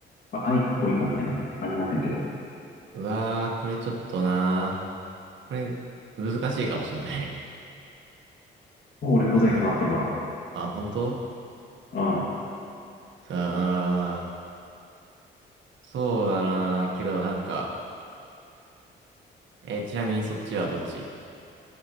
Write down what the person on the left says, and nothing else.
まあ愛か恋かみたいな、あれになってるけど。
もう俺答え決まってるわ。
うん。